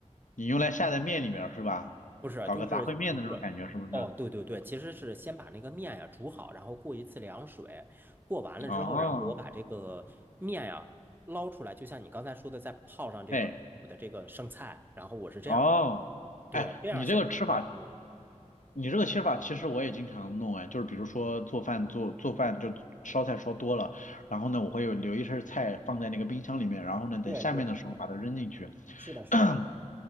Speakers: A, on the left; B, on the right.
A: 你用来下在面里面儿是吧？
B: 不是，
A: 搞个杂烩面的那种感觉是不是？
B: 就是不是。哦，对对对，其实是先把那个面呀煮好，然后过一次凉水，过完了之后，
A: 哦，
B: 然后我把这个面呀捞出来，就像你刚才说的，再泡上这个煮的这个剩菜，
A: 哎，
B: 然后我是这样的，
A: 哦，
B: 对，
A: 哎，
B: 这样现在比较多。
A: 你这个吃法。你这个切法其实我也经常弄哎，就是比如说做饭做做饭就烧菜烧多了，然后呢我会有留一些菜放在那个冰箱里面，然后呢等下面的时候把它扔进去。
B: 对对对，是的，是的。
A: <coughs>